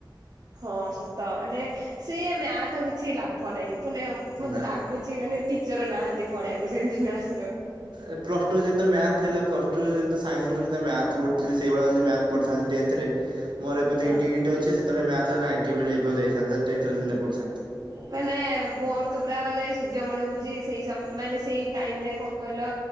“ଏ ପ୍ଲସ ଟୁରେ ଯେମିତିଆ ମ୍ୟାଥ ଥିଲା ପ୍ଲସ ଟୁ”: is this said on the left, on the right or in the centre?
Right